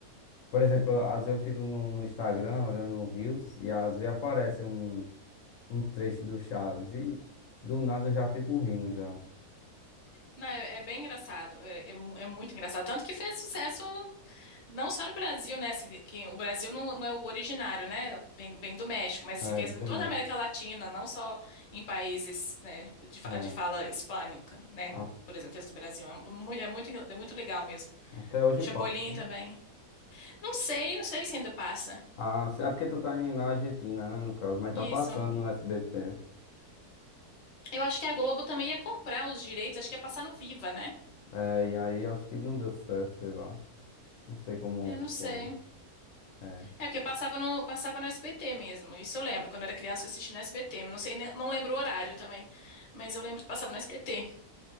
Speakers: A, on the left (about 65°); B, on the left (about 40°).
A: Por exemplo, às vezes eu fico no, no Instagram olhando o Reels e às vezes aparece
B: Uhum.
A: um, um trecho do Chaves e do nada eu já fico rindo já.
B: Não, é, é bem engraçado, é, é mu- é muito engraçado. Tanto que fez sucesso não só no Brasil, né? se- Que, o Brasil não, não é o originário, né? Vem, vem do México, mas assim,
A: É,
B: fez
A: viu,
B: em toda
A: mas
B: a América Latina, não só em países, né, de, fa-
A: é,
B: de fala hispânica, né?
A: a-
B: Por exemplo, fez do Brasil. É, mu- é muito, é muito legal mesmo.
A: até hoje
B: O Chapolin
A: passa, né?
B: também. Não sei, não sei se ainda passa.
A: Ah, se- é porque tu tá em, na Argentina, né, no caso, mas
B: Isso.
A: tá passando no SBT.
B: Eu acho que a Globo também ia comprar os direitos, acho que ia passar no Viva, né?
A: É, e aí acho que não deu certo, sei lá. Não sei como
B: Eu não sei.
A: foi. É,
B: É, porque passava no, passava no SBT mesmo. Isso eu lembro. Quando eu era criança, eu assisti no SBT. Não sei, nem- não lembro o horário também. Mas eu lembro que passava no SBT.